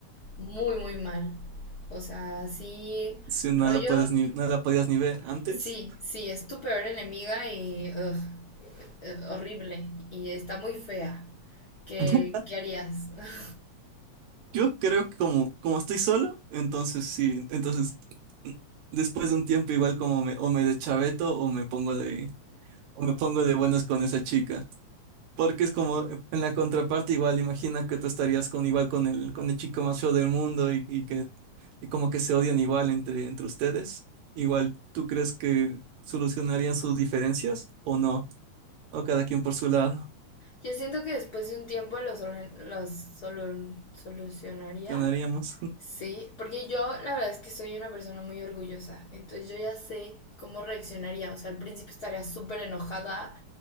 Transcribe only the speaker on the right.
si
no la puedes ni, no la podías ni ver antes.
<laughs>
Yo creo que como, como estoy solo, entonces sí, entonces después de un tiempo igual como me, o me deschaveto o me pongo de, o me pongo de buenas con esa chica. Porque es como en la contraparte igual, imagina que tú estarías con igual con el, con el chico más feo del mundo y, y que y como que se odian igual entre, entre ustedes. Igual, ¿tú crees que solucionarían sus diferencias o no? O cada quien por su lado.
Solucionaríamos. <laughs>